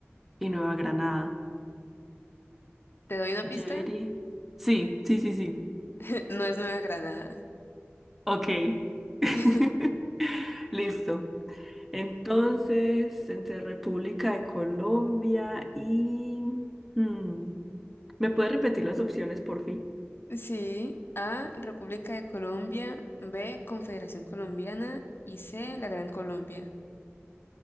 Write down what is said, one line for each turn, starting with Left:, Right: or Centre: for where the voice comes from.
Centre: y Nueva Granada.
Left: ¿Te doy una
Centre: Yo
Left: pista?
Centre: diría- Sí, sí, sí, sí.
Left: <laughs> No es Nueva Granada.
Centre: Ok. <laughs>
Left: <laughs>
Centre: Listo. Entonces, entre República de Colombia y... hmm, ¿me puedes repetir las opciones, por fin?
Left: Sí, A, República de Colombia, B, Confederación Colombiana y C, la Gran Colombia.